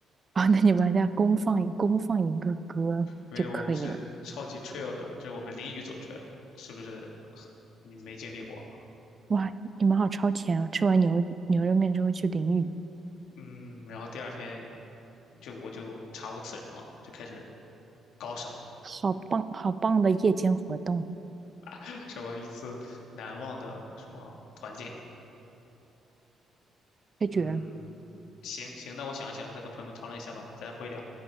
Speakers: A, on the right; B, on the left.
A: 啊 <laughs>。那你们再公放一公放一个歌就可以了。
B: 没有，我们是超级 trail 的，就是我们淋雨走 trail，是不是很你没经历过？
A: 哇，你们好超前啊！吃完牛牛肉面之后去淋雨，
B: 嗯，然后第二天就我就查无此人了，就开始高烧，
A: 好棒好棒的夜间活动，
B: <laughs> 什么一次难忘的什么团建。
A: 太绝了。
B: 嗯，行行，那我想一想，我再跟朋友们讨论一下吧，再回聊。